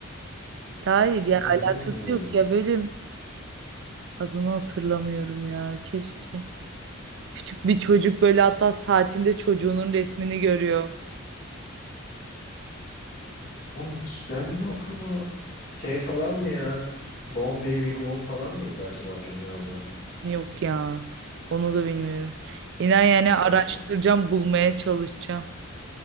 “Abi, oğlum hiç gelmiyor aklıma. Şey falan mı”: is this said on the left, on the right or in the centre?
Left